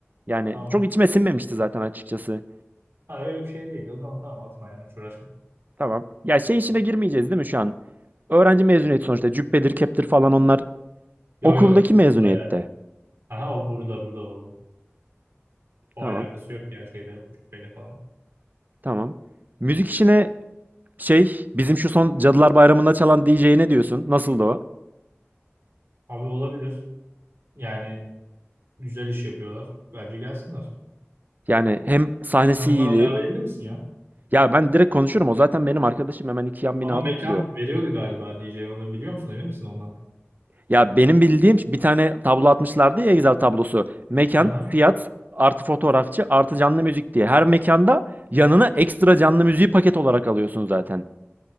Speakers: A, on the right; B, on the right.
A: Yani
B: Tamam.
A: çok içime sinmemişti zaten açıkçası.
B: Ha öyle bir şey değil. O zaman tamam atma ya hiç uğraşma.
A: Tamam. Ya şey işine girmeyeceğiz değil mi şu an? Öğrenci mezuniyeti sonuçta. Cübbedir, keptir falan onlar.
B: Yo
A: Okuldaki
B: yo.
A: mezuniyette.
B: Hayır hayır. Aha o burada burada o. O
A: Tamam.
B: alakası yok ya şeyde cübbeyle falan.
A: Tamam. Müzik işine şey bizim şu son Cadılar Bayramı'nda çalan DJ'ye ne diyorsun? Nasıldı o?
B: Abi olabilir. Yani güzel iş yapıyorlar. Bence gelsinler.
A: Yani hem sahnesi
B: Sen onları
A: iyiydi.
B: ayarlayabilir misin ya?
A: Ya ben direkt konuşurum. O zaten benim arkadaşım hemen iki yan
B: Ama
A: binada
B: mekan
A: oturuyor.
B: veriyordu galiba DJ onu biliyor musun? Emin misin ondan?
A: Ya benim bildiğim bir tane tablo atmışlardı ya Excel tablosu. Mekan,
B: Aha.
A: fiyat, artı fotoğrafçı, artı canlı müzik diye. Her mekanda yanına ekstra canlı müziği paket olarak alıyorsun zaten.